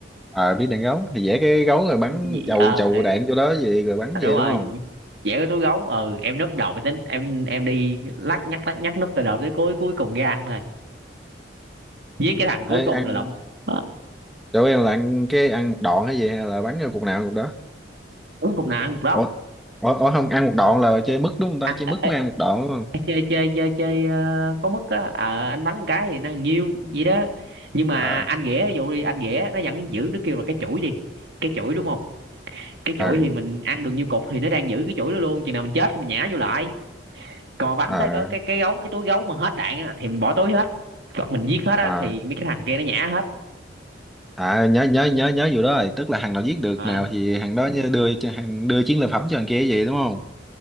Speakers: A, in the centre; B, on the right (about 65°).
A: ờ biết đạn gấu thì vẽ cái gấu rồi bắn
B: gì
A: chầu
B: ờ
A: chầu
B: ờ.
A: đạn vô đó gì rồi bắn
B: à,
A: gì
B: đúng rồi
A: đúng không
B: vẽ cái túi gấu ừ em núp đầu mới tính em em đi lắc nhắc lắc nhắc núp từ đầu tới cuối cuối cùng ra ăn thôi giết
A: ừ.
B: cái thằng cuối
A: Ê,
B: cùng
A: ăn
B: là lụm Đó,
A: chỗ em là ăn cái ăn một đoạn hay gì hay là bắn vô cục nào cục đó
B: cuối cùng nào ăn cục đó
A: ủa ủa, ủa không ăn một đoạn là chơi mứt đúng không ta chơi
B: Ê,
A: mứt mới ăn một đoạn đúng không
B: ê, chơi chơi chơi chơi ờ, có mức á Ờ, anh bắn một cái thì nó nhiêu vậy đó nhưng mà
A: ờ
B: anh ghẻ ví dụ đi anh ghẻ nó vẫn giữ nó kêu là cái chuỗi đi cái chuỗi đúng không cái chuỗi
A: ờ
B: thì mình ăn được nhiêu cục thì nó đang giữ cái chuỗi đó luôn chừng nào mình chết thì mình nhả vô lại còn bắn
A: ờ
B: tới cái cái, cái gấu cái túi gấu mà hết đạn á, thì mình bỏ túi hết còn mình giết hết á,
A: ờ
B: thì mấy cái thằng kia nó nhả hết
A: à nhớ nhớ nhớ nhớ vụ đó rồi tức là hàng nào giết được
B: Ờ,
A: nào thì hàng đó nhớ đưa cho hàng đưa chiến lợi phẩm cho hàng kia vậy đúng không